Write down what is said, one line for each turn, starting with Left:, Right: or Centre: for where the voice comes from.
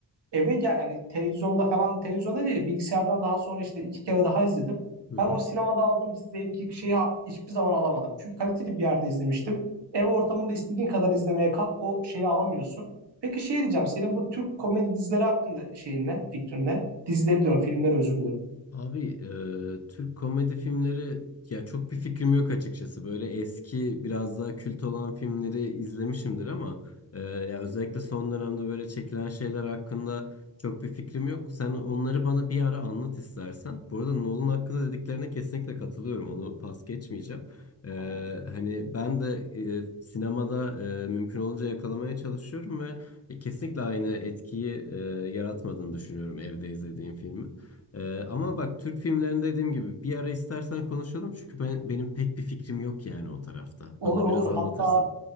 Right: eve gel yani televizyonda falan televizyonda değil bilgisayardan daha sonra işte iki kere daha izledim.
Left: hı hı.
Right: Ben o sinemada aldığım zevki şeyi ha- hiçbir zaman alamadım. Çünkü kaliteli bir yerde izlemiştim. Ev ortamında istediğin kadar izlemeye kalk o şeyi alamıyorsun. Peki şey diyeceğim senin bu Türk komedi dizileri hakkında şeyin ne fikrin ne? Dizileri diyorum filmleri özür dilerim.
Left: Abi e, Türk komedi filmleri ya çok bir fikrim yok açıkçası. Böyle eski biraz daha kült olan filmleri izlemişimdir ama e, ya özellikle son dönemde böyle çekilen şeyler hakkında çok bir fikrim yok. Sen onları bana bir ara anlat istersen. Bu arada Nolan hakkında dediklerine kesinlikle katılıyorum. Onu pas geçmeyeceğim. E,
Right: Hı hı.
Left: hani ben de e, sinemada e, mümkün olunca yakalamaya çalışıyorum ve e, kesinlikle aynı etkiyi e, yaratmadığını düşünüyorum evde izlediğim filmi. Ee, ama bak Türk filmlerinde dediğim gibi bir ara istersen konuşalım çünkü ben, benim pek bir fikrim yok yani o tarafta.
Right: Olur
Left: Bana
Right: olur
Left: biraz anlatırsın.
Right: hatta